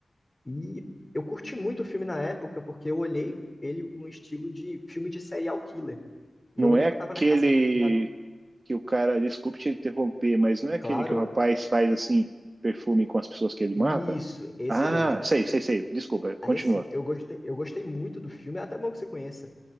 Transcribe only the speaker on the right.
não
é
aquele
que o cara, desculpe te interromper, mas não é aquele
que o rapaz faz assim perfume com as pessoas que ele mata?
Ah,
sei, sei, sei. Desculpa, continua.